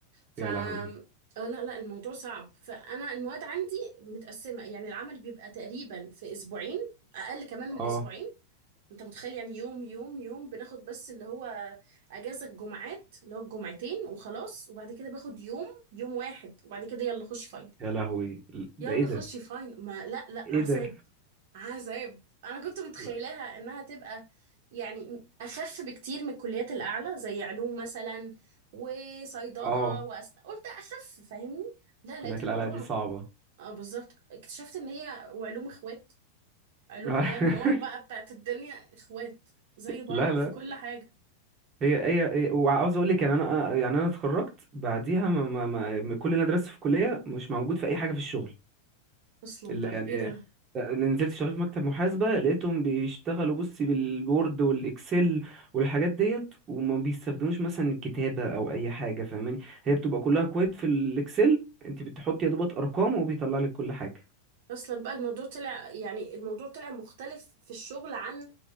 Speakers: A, on the right (about 50°); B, on the right (about 30°).
A: ف
B: يا لهوي
A: اه لا لا الموضوع صعب فانا المواد عندي متقسمه يعني العمل بيبقى تقريبا في اسبوعين اقل كمان من
B: اه
A: اسبوعين انت متخيل يعني يوم يوم يوم بناخد بس اللي هو اجازه الجمعات اللي هو الجمعتين وخلاص وبعد كده باخد يوم يوم واحد وبعد كده يلا خش فاينل
B: يا لهوي
A: يلا
B: ده ايه ده
A: خشي فاين ما لا لا
B: ايه
A: عذاب
B: ده
A: عذاب انا كنت متخيلاها
B: لا.
A: انها تبقى يعني اخف بكتير من الكليات الاعلى زي علوم مثلا وصيدله
B: اه
A: واسنان قلت اخف فاهمني لا لقيت
B: كلية
A: الموضوع
B: القلعة دي صعبة
A: اه بالظبط اكتشفت ان هي وعلوم اخوات علوم
B: <laughs>
A: اللي هي النار بقى بتاعت الدنيا اخوات زي بعض
B: لا لا
A: في كل حاجه
B: هي هي هي- وعاوز اقول لك يعني انا يعني انا اتخرجت بعديها ما ما ما ما- كل اللي انا درسته في الكليه مش موجود في اي حاجه في الشغل
A: اصلا
B: اللي
A: بقى
B: يعني
A: ايه ده
B: نزلت شغال في مكتب محاسبة لقيتهم بيشتغلوا بصي بالوورد والإكسل والحاجات ديت وما بيستخدموش مثلا الكتابة أو أي حاجة فاهماني هي بتبقى كلها كويت في الإكسل أنت بتحطي يا دوبك أرقام وبيطلع لك كل حاجة
A: اصلا بقى الموضوع طلع يعني الموضوع طلع مختلف في الشغل عن